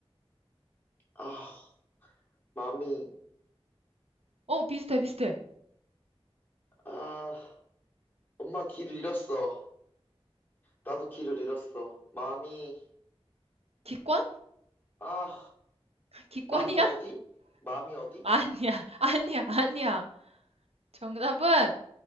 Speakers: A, on the left (about 20°); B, on the right (about 75°).
A: 아, 맘이,
B: 어, 비슷해, 비슷해.
A: 아, 엄마 길을 잃었어. 나도 길을 잃었어. 맘이,
B: 기권?
A: 아,
B: 기권이야?
A: 맘이 어디?
B: <laughs>
A: 맘이 어디?
B: 아니야, 아니야, 아니야. 정답은